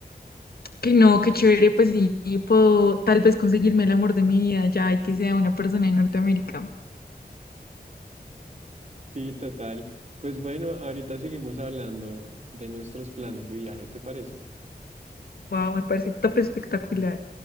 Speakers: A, on the left (about 70°); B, on the right (about 45°).
A: que no, que chévere, pues sí, puedo tal vez conseguirme el amor de mi vida ya y que sea una persona de Norteamérica.
B: sí, total. Pues bueno, ahorita seguimos hablando de nuestros planes y viajes, ¿te parece?
A: Wow, me parece top espectacular.